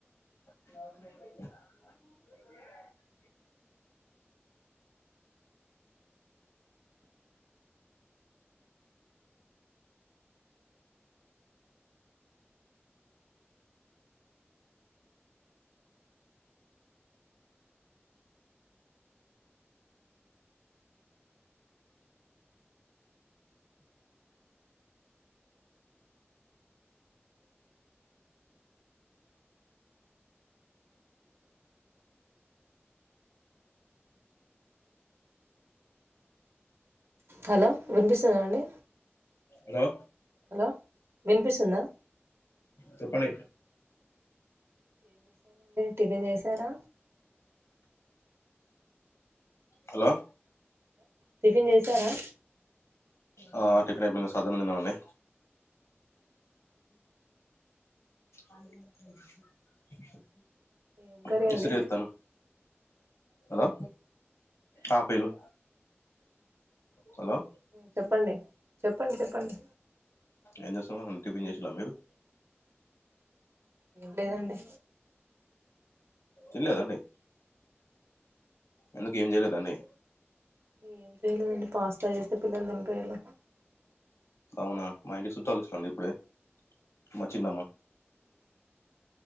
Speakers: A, on the left; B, on the right.
A: <inaudible>
B: హలో వినిపిస్తుంద అండి
A: హలో
B: హలో వినిపిస్తుందా
A: చెప్పండి
B: టిఫన్ చేసారా
A: హలో
B: టిఫన్ చేసారా
A: ఆ టిఫెన్ అయిపోయింది సద్ది అన్నం తిన్నాం అండి అ
B: ఏం కర్రీ
A: అ ఇసరి
B: అండి
A: ఎత్తను హలో ఆ పిలు హలో
B: చెప్పండి చెప్పండి చెప్పండి
A: ఎం చేస్తున్నావ్ టిఫిన్ చేసిలా మీరు
B: లేదండి
A: తిన్నాలేదా అండి ఎందుకం చేయలేదా అండి
B: ఏం చేయలేదండి పాస్త చేస్తే పిల్లలు దంపయాల
A: అవునా మా ఇంటికి చుట్టాలుచ్చరండి ఇప్పుడే మా చిన్నమ్మా